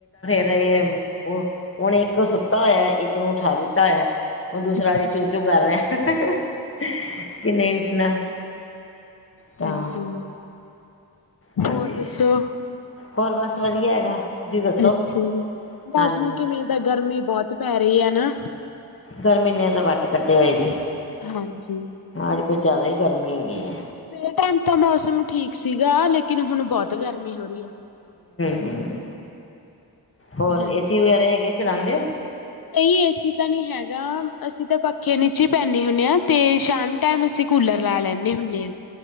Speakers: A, on the left; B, on the left.
A: ਨਹੀਂ, ਉਹ, ਹੁਣ ਇੱਕ ਓਹ ਸੁੱਤਾ ਹੋਇਆ, ਇੱਕ ਨੂੰ ਉਠਾ ਦਿੱਤਾ ਹੋਇਆ। ਓਹ ਦੂਸਰਾ
B: ਅੱਛਾ,
A: ਹਜੇ ਚੂੰ- ਚੂੰ ਕਰ ਰਿਹਾ। <unintelligible> ਕਿ ਨਹੀਂ ਉੱਠਣਾ ਤਾਂ
B: ਹਾਂਜੀ।
A: ਹਾਂਜੀ
B: ਹੋਰ ਦੱਸੋ
A: ਹੋਰ ਬਸ ਵਧੀਆ ਹੈਗਾ। ਤੁਸੀਂ ਦੱਸੋ
B: ਅੱਛਾ ਜੀ, ਮੌਸਮ
A: ਹਾਂਜੀ
B: ਕਿਵੇਂ ਦਾ। ਗਰਮੀ ਬਹੁਤ ਪੈ ਰਹੀ ਹੈ ਨਾ,
A: ਗਰਮੀ ਨੇ ਤਾਂ ਵੱਟ ਕੱਢੇ ਹੋਏ ਜੀ
B: ਹਾਂਜੀ।
A: ਅੱਜ ਕੁੱਝ ਜ਼ਿਆਦਾ ਹੀ ਗਰਮੀ ਹੈਗੀ ਏ।
B: ਸਵੇਰ ਟਾਈਮ ਤਾਂ ਮੌਸਮ ਠੀਕ ਸੀਗਾ, ਲੇਕਿਨ ਹੁਣ ਬਹੁਤ ਗਰਮੀ ਹੋ ਰਹੀ ਆ।
A: ਹਮ ਹੋਰ
B: ਹਾਂਜੀ।
A: ਏਸੀ ਵਗੈਰਾ ਹੈਗੇ? ਚਲਾਉਦੇ ਹੋ?
B: ਨਹੀਂ ਏਸੀ ਤਾਂ ਨਹੀਂ ਹੈਗਾ। ਅਸੀਂ ਤਾਂ ਪੱਖੇ ਨੀਚੇ ਪੈਂਨੇ ਹੁੰਦੇ ਹਾਂ। ਤੇ ਸ਼ਾਮ ਟਾਈਮ ਅਸੀਂ ਕੂਲਰ ਲਾ ਲੈਂਦੇ ਹੁੰਦੇ। ਏਮ